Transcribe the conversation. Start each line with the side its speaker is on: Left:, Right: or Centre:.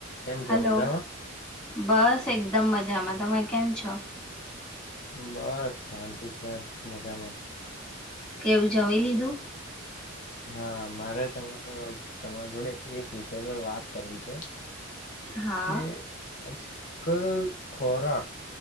Left: કેમ છો
Centre: હલો,
Left: મજામાં?
Centre: બસ એકદમ મજા મજામાં તમે કેમ છો?
Left: બસ શાંતિ છે મજામાં.
Centre: કેવું જમી લીધું?
Left: હા મારે તમારે તમારા જોડે એક વિષય પર વાત કરવી છે.
Centre: હા
Left: કે જ ક ખોરાક.